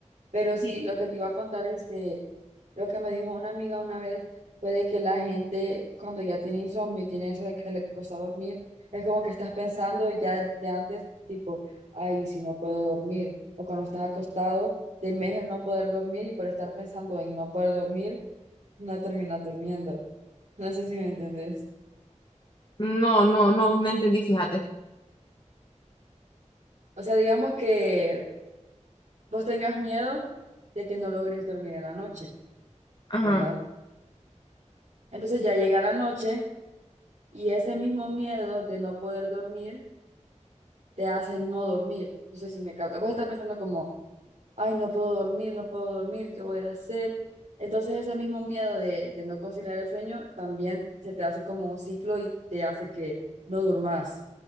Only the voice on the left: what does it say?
Sí.
No, no, no, no entendí, fíjate.
Ajá.